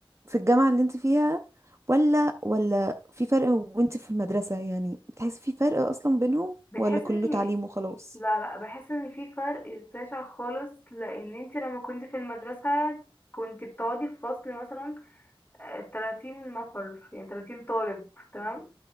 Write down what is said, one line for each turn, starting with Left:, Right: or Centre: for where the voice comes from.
Right: في الجامعه اللي انت فيها ولا ولا في فرق وانت في المدرسه يعني بتحسي في فرق اصلا بينهم
Left: بتحس
Right: ولا كله
Left: ان
Right: تعليم وخلاص
Left: لا لا بحس ان في فرق شاسع خالص لان انت لما كنت في المدرسة كنت بتقعدي في فصل مثلا آه، 30 نفر يعني 30 طالب تمام